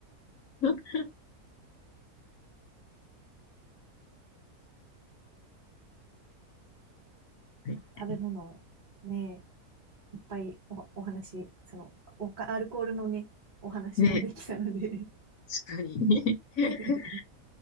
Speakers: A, on the left (about 70°); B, on the right (about 35°).
A: はい
B: 食べ物、ね、いっぱいお、お話、その、おか、アルコールのね、お話もできたので
A: ね、確かに。<laughs>
B: <laughs>